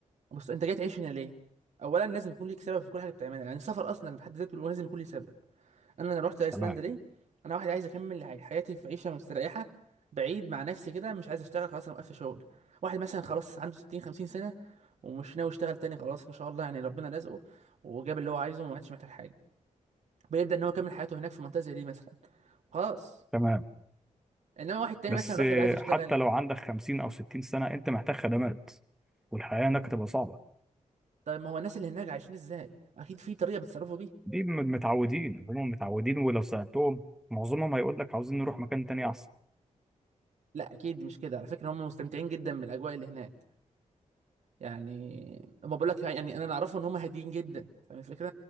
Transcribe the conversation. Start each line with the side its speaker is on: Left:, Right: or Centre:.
Right: بص انت جاي تعيش هنا ليه اولا لازم يكون ليك سبب في كل حاجه بتعملها يعني السفر اصلا في حد ذاته لازم يكون ليه سبب انا انا رحت ايسلندا
Centre: تمام
Right: ليه انا واحد عايز اكمل حي- حياتي في عيشه مستريحه بعيد مع نفسي كده مش عايز اشتغل خلاص انا وقفت شغل واحد مثلا خلاص عنده 60 50 سنه ومش ناوي يشتغل تاني خلاص ما شاء الله يعني ربنا رزقه وجاب اللي هو عايزه وما عادش محتاج حاجه بيبدا ان هو يكمل حياته هناك في منطقه زي دي مثلا خلاص
Centre: تمام
Right: انما واحد تاني
Centre: بس
Right: مثلا راح
Centre: آه،
Right: عايز يشتغل
Centre: حتى لو عندك 50 او 60 سنه انت محتاج خدمات والحياه هناك هتبقى صعبه
Right: طيب ما هو الناس اللي هناك عايشين ازاي اكيد في طريقه بيتصرفوا بيها
Centre: دي م- متعودين هم متعودين ولو سالتهم معظمهم هيقول لك عاوزين نروح مكان تاني احسن
Right: لا اكيد مش كده على فكره هم مستمتعين جدا بالاجواء اللي هناك يعني اما بقول لك يعني انا اللي اعرفه ان هم هاديين جدا فاهم الفكره